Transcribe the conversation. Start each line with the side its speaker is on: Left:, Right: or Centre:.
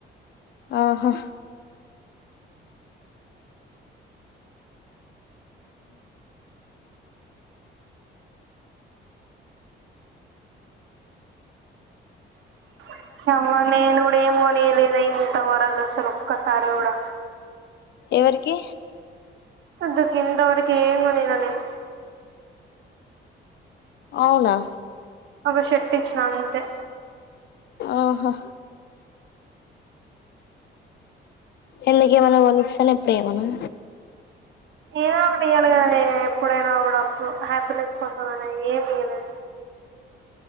Left: ఆహా హ్మ
Right: <unintelligible> త్వర గాసలు ఒక్కసారి కూడా
Left: ఎవరికి
Right: సద్దుకు ఇంతవరకు ఏం కొనియాలే నేను
Left: అవునా
Right: ఒక షర్ట్ ఇచ్చినా అంతే
Left: ఆహా ఎందుకు ఏం అయిన కొనిస్తేనే ప్రేమనా
Right: ఏదో ఒకటి ఇయ్యాలి కద నే ఎప్పుడైనా కూడాప్పుడు హ్యాపీనెస్ కోసం అయినా ఏమి ఇయ్యలే నేను